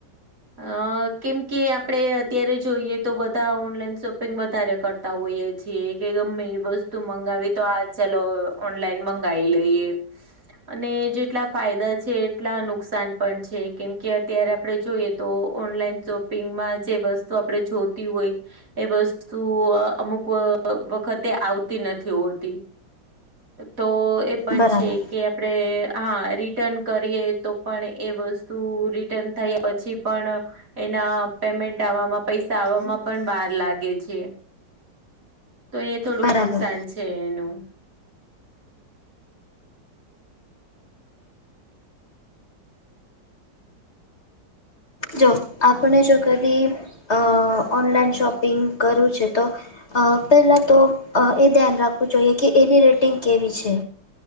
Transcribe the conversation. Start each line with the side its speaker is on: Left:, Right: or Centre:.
Right: અ કેમ કે આપડે અત્યારે જોઈએ તો બધા ઓનલાઈન શોપિંગ વધારે કર હોય એ છે કે ગમે એ વસ્તુ મંગાવી તો આ ચાલ ઓનલાઈન મંગાવી લઈએ અને જેટલા ફાયદા છે એટલા નુકસાન પણ છે કેમ કે અત્યારે આપડે જોઈએ. તો ઓનલાઈન શોપિંગમાં જે વસ્તુ આપડે જોતી હોય. એ વસ્તુ અમુક વખતે આવતી નથી હોતી તો એ પણ
Left: બરાબર
Right: છે. કે આપડે હા રિટર્ન કરીએ તો પણ એ વસ્તુ રી ટર્ન થયા પછી પણ એના પેયમેન્ટ આવામાં પૈસા આવામાં પણ વાર લાગે છે તો એ થોડુંક
Left: બરાબર
Right: નુકસાન છે એનું
Left: જો આપણે જો કદી અ ઓનલાઈન શોપિંગ કરવું છેતો અ પેલા તો એ ધ્યાન રાખવું જોઈએ કે એની રેટિંગ કેવી છે